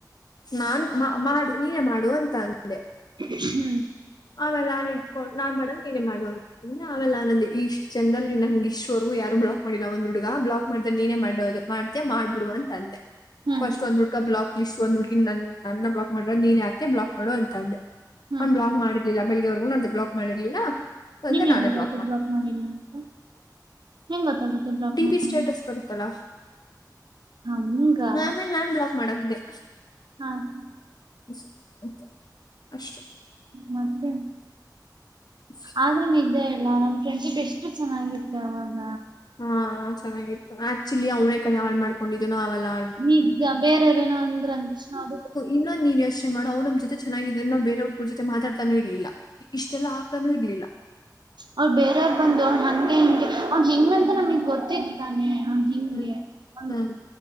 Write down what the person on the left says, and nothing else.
ನಾನ್ ಮಾಡು ನೀನೇ ಮಾಡು ಅಂತ ಅಂದೆ
ಆಮೇಲೆ ನಾನನ್ ಇಟ್ಕೊಂಡು ನಾನ್ ಮಾಡನ್ ನೀನನೆ ಮಾಡುವ ಇ ಅವಲ್ಲ ಆನಂದಿ ಈ ಇಷ್ಟ್ ಚಂದದಲ್ಲಿ ನನ್ಗೆ ಇಷ್ಟ್ವರೆಗೂ ಯಾರ ಬಲಕ್ ಮಾಡಿಲ್ಲ ಒಂದ್ ಹುಡುಗ ಬಲಾಕ್ ಮಾಡ್ದೆ ನೀನೇ ಮಾಡೋದು ಮಾಡ್ತ ಮಾಡ್ಬಿಡುುವ ಅಂತ ಅಂದೆ
ಫಸ್ಟ್ ಒಂದ್ ಹುಡ್ಾ ಬ್ಲಾಕ್ ಲಿಸ್ ಒಂದ್ ಹುಡ್ಕ ನನ್ನ ಬಲಾಕ್ ಮಾಡ್ರ ನೀನ ಹಾಕ್ತ ಬ್ಲಾಕ್ ಮಾಡುವ ಅಂತಂದೆ
ಅವ್ ಬ್ಲಾಕ್ ಮಾಡಿ ಬೆಳಿಗ್ಗೆವರೆಗೂ ಬ್ಲಾಕ್ ಮಾಡಿರ್ಲಿಲ್ಲ ಅಂದೆ
ನಾನೇ
ಬ್ಲಾಕ್ ಮಾಡ
ಡಿಬಿ
ಸ್ಟೇಟಸ್ ಪಡ್ತಲ
ಆ ಆಮೇಲೆ ನಾನ್ ಬ್ಲಾಕ್ ಮಾಡಕ್್ದೆ
ಹ ಸತ್ತ ಅಷ್ಟು <inaudible>
ಅಷ್ಟೇ
ಹಾ ಚೆನ್ನಾಗಿತ್ತು ಆಕ್ಚುಲಿ ಅವ್ನೇ ಕಡೆ ಹಾಡ್ ಮಾಡ್ಕೊಂಡಿದ್ದು ನ ಅವೆಲ್ಲಾ
ಇನ್ನೊ ನೀನ್ ಯೋಚನೆ ಮಾಡ ಅವ್ ನಮ್ಮೊತೆ ಚೆನ್ನಾಗಿದ್ರ ನ ಬೇರವ್ರಗ ಜೊತೆ ಮಾತಡ್ತಾನು ಇರ್ಲಿಲ್ಲ ಇಷ್ಟೆಲ್ಲಾ ಹಾಕಾನೂ ಇರ್ಲಿಲ್ಲ
ಹ್ಮ್
ಹ್ಮ್